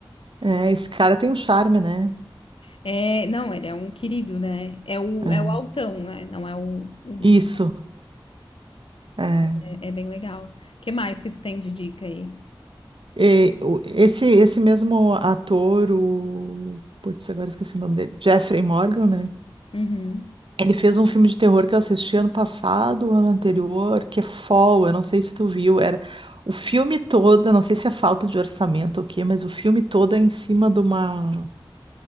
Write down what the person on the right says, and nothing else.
é, esse cara tem um charme, né?
É,
isso, é.
E o- esse, esse mesmo ator, o... Putz, agora esqueci o nome dele. Jeffrey Morgan, né?
Ele fez um filme de terror que eu assisti ano passado, ano anterior, que é Fall, eu não sei se tu viu, era o filme todo, eu não sei se é falta de orçamento ou o quê, mas o filme todo é em cima de uma,